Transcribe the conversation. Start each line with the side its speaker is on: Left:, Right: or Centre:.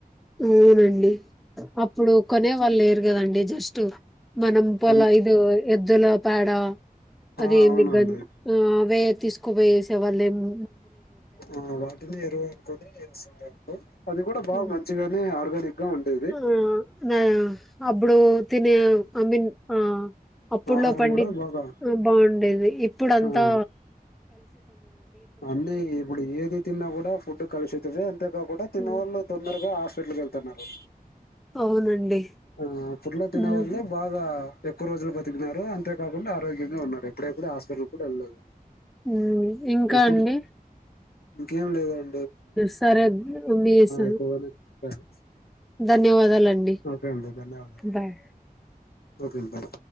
Centre: అవునండి అప్పుడు కొనే వాళ్ళు లేర్ గదండి జస్టు మనం పలా
Left: అన్-
Centre: ఐదు ఎద్దుల వాడ
Left: ఆ
Centre: అదేంది
Left: అవునండి
Centre: గన్ ఆ వే తీసుకుపోయేసే వాళ్ళేము
Left: ఆ వాటిని ఎరువు అనుకుని <unintelligible> అది కూడా బాగా
Centre: హ్మ్.
Left: మంచిగానే ఆర్గానిక్ గా ఉండేది
Centre: ఆ నా అప్పుడు తినే ఐ మీన్ ఆ అప్పుడులో
Left: ఆహారం
Centre: పండి
Left: కూడా బాగా
Centre: బాగుండేది అది ఇప్పుడు అంతా
Left: ఆ అన్నీ ఇప్పుడు ఏది తిన్నా కూడా ఫుడ్ కలుషితమే అంతేకాకుండా తిన్న
Centre: హ్మ్.
Left: వాళ్ళు తొందరగా హాస్పిటల్కి వెళ్తున్నారు
Centre: అవునండి
Left: ఆ ఫుడ్లో తిన
Centre: హ్మ్.
Left: వల్లే బాగా ఎక్కువ రోజులు బతికినారు అంతేకాకుండా ఆరోగ్యంగా ఉన్నారు ఎప్పుడే కూడా హాస్పిటల్ కూడా వెళ్ళలేదు
Centre: ఉమ్ ఇంకా
Left: ఇప్పుడు
Centre: అండి
Left: ఇంకేం లేదం
Centre: సరే మీ స్
Left: ఎక్కువగానే చెప్పారు
Centre: ధన్యవాదాలండి
Left: ఒకే అండి ధన్యవాదాలు
Centre: బాయ్
Left: ఓకే అండి బాయ్